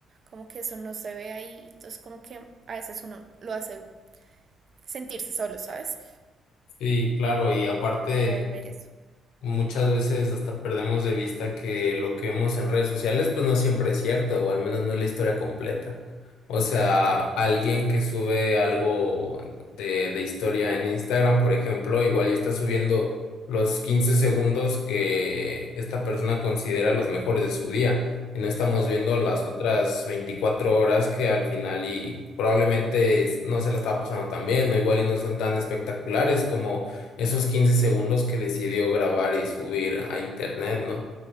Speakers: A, on the right; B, on the left.
A: como que eso no se ve ahí, entonces como que a veces uno lo hace sentirse solo, ¿sabes?
B: Sí, claro, y aparte...
A: No poder ver eso
B: Muchas veces hasta perdemos de vista que lo que vemos en redes sociales pues no siempre es cierto, o al menos no es la historia completa. O sea,
A: totalmente.
B: alguien que sube algo de, de historia en Instagram, por ejemplo, igual y está subiendo los 15 segundos que esta persona considera los mejores de su día. Y no estamos viendo las
A: Oye,
B: otras 24 horas que al final y probablemente es- no se la estaba pasando tan bien, o igual y no son tan espectaculares como esos 15 segundos que decidió grabar y subir a internet, ¿no?